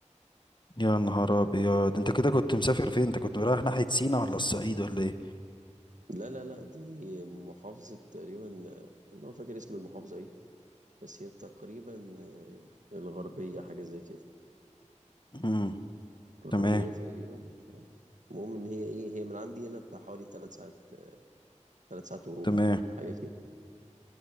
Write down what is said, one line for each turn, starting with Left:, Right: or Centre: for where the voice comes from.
Left: يا نهار أبيض أنت كده كنت مسافر فين؟ أنت كنت رايح ناحية سينا ولا الصعيد ولا إيه؟
Right: لا لا لا دي محافظة تقريبا آه، أنا ما فاكر اسم المحافظة إيه بس هي تقريبا آه، الغربية حاجة زي كده
Left: مم.
Right: الغربية
Left: تمام
Right: تقريبا مش عارف المهم إن هي إيه هي من عندي هنا بتاع حوالي تلات ساعات تلات ساعات وربع
Left: تمام
Right: حاجة كده